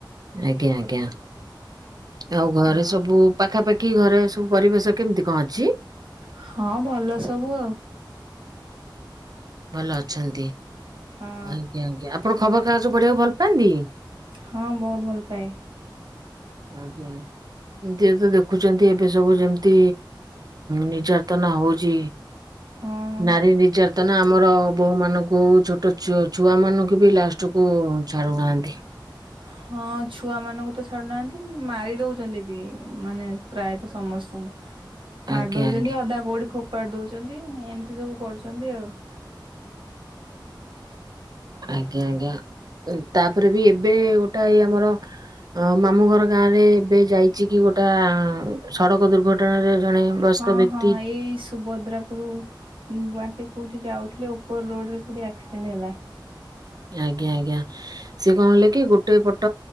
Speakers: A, on the right; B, on the right.
A: ଆଜ୍ଞା ଆଜ୍ଞା। ଆଉ ଘରେ
B: ହଁ।
A: ସବୁ ପାଖାପାଖି ଘରେ ସବୁ ପରିବେଶ କେମିତି କଣ ଅଛି?
B: ହଁ ଭଲ ସବୁ ଆଉ।
A: ଭଲ ଅଛନ୍ତି
B: ହଁ
A: ଆଜ୍ଞା ଆଜ୍ଞା ଆପଣ ଖବର କାଗଜ ପଢିବାକୁ ଭଲ ପାଆନ୍ତି?
B: ହଁ ବହୁତ ଭଲ ପାଏ।
A: ଆଜ୍ଞା। ନିଜେତ ଦେଖୁଛନ୍ତି ଏବେ ସବୁ ଯେମିତି ନିର୍ଯାତନା ହଉଛି
B: ହଁ।
A: ନାରୀ ନିର୍ଯାତନା ଆମର ବୋଉମାନଙ୍କୁ ଛୋଟ ଛୁ ଛୁଆମାନଙ୍କୁ ବି ଲାଷ୍ଟକୁ ଛାଡୁନାହାନ୍ତି।
B: ହଁ ଛୁଆମାନଙ୍କୁ ତ ଛାଡୁନାହାନ୍ତି ମାରି ଦଉଛନ୍ତି ବି ମାନେ ପ୍ରାୟତଃ ସମସ୍ତଙ୍କୁ। ମାରି
A: ଆଜ୍ଞା
B: ଦଉଛନ୍ତି
A: ଆଜ୍ଞା
B: ଅଧା କଉଠି ଫୋପାଡି ଦଉଛନ୍ତି ଏମିତି ସବୁ କରୁଛନ୍ତି ଆଉ। ହୁଁ
A: ଆଜ୍ଞା ଆଜ୍ଞା ତାପରେ ବି ଏବେ ଗୋଟାଏ ଆମର ଅ ମାମୁଁ ଘର ଗାଁରେ ଏବେ ଯାଇ ଛି କି ଗୋଟା ସଡ଼କ ଦୁର୍ଘଟଣାରେ ଜଣେ ବୟସ୍କ
B: ହଁ
A: ବ୍ୟକ୍ତି
B: ହଁ ଏଇ ସୁଭଦ୍ରାପୁର ବାଟେ କୋଉଠି ଯାଉଥିଲେ ଉପର ରୋଡ ରେ କୋଉଠି ଆକ୍ସିଡେଣ୍ଟ ହେଲା।
A: ଆଜ୍ଞା ଆଜ୍ଞା ସେ କଣ ହେଲା କି ଗୋଟେ ପଟ